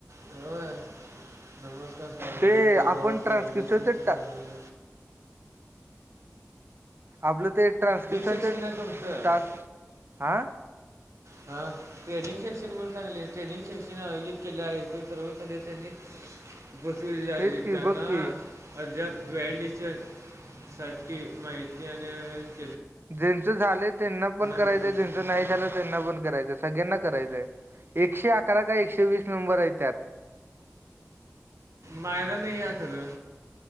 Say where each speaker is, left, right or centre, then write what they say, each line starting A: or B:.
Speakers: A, on the right (about 70°); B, on the right (about 45°).
A: व्हय. नमस्कार सर
B: ते
A: उद्या सकाळी
B: आपण
A: दहा वाजता
B: ट्रान्स्क्रिप्शनच
A: व्हॅलीडेटर्स ची मीटिंग
B: आपलं ते ट्रान्स्क्रिप्शनच
A: सेक्शन आहे तुमचं
B: टास्क हा.
A: हा ट्रेनिंग सेक्शन म्हणून सांगितलय ट्रेनिंग सेक्शन आयोजित केलं आहे सर्व सदस्यांनी
B: <inaudible>
A: उपस्थित झाली
B: तेच की
A: त्यांना
B: बघ की
A: अद्याप व्हॅलिडेशन साठी माहिती आणि अ अ
B: जेंच झालंय त्यांना पण करायचं
A: प्रत्यक्षात
B: आणि जेंच नाही झालंय त्यांना पण करायच सगळ्यांना करायचंय एकशे अकरा काय एकशे वीस नंबर हायत त्यात <inaudible>
A: मायर नाही यासगळ